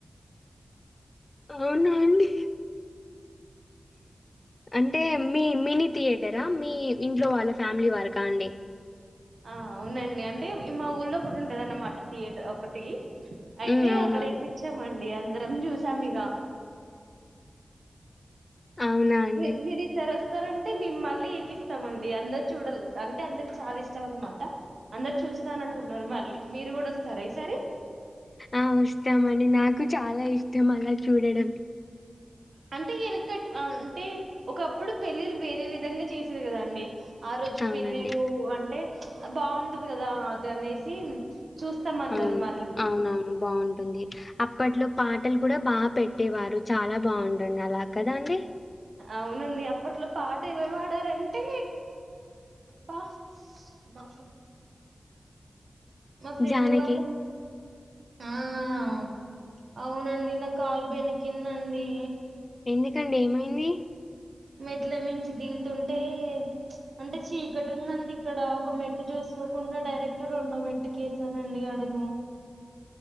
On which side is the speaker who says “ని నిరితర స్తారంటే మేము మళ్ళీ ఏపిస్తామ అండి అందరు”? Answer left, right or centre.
Right